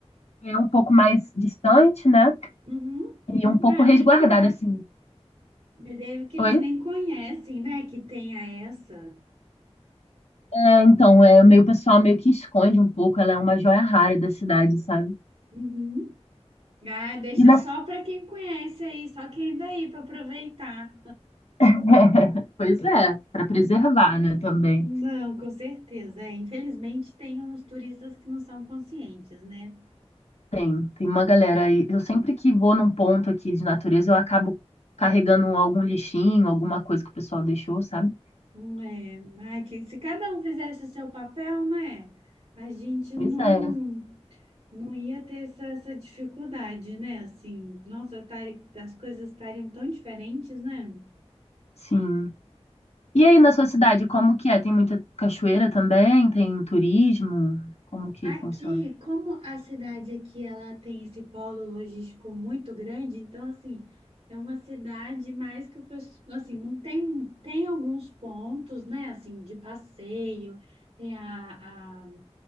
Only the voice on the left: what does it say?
é um pouco mais distante, né?
e um pouco
resguardada,
assim.
Oi?
É, então, é, meio, o pessoal meio que esconde um pouco, ela é uma joia rara da cidade, sabe?
E na...
<laughs> Pois é, para preservar, né, também.
Tem, tem uma galera aí. Eu sempre que vou num ponto aqui de natureza, eu acabo carregando algum lixinho, alguma coisa que o pessoal deixou, sabe?
Pois
é,
sim. E aí na sua cidade, como que é? Tem muita cachoeira também? Tem turismo? Como que
funciona?